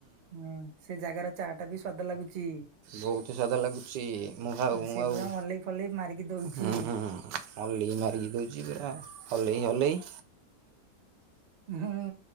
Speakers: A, on the right; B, on the right.
A: ହୁଁ, ସେ ଜାଗାର ଚା ଟା ବି ସ୍ଵାଦ ଲାଗୁଚି।
B: ବହୁତ ସ୍ଵାଦ ଲାଗୁଛି ମୁଁ ହାଉ ମୁ
A: ସେ
B: ଆଉ
A: ପୁରା ମଲେଇ ଫଲେଇ ମାରିକି ଦଉଛି।
B: ହୁଁ। ଅଲି ମାରିକି ଦଉଛି ପୁରା ହଲେଇ ହଲେଇ।
A: ହୁଁ,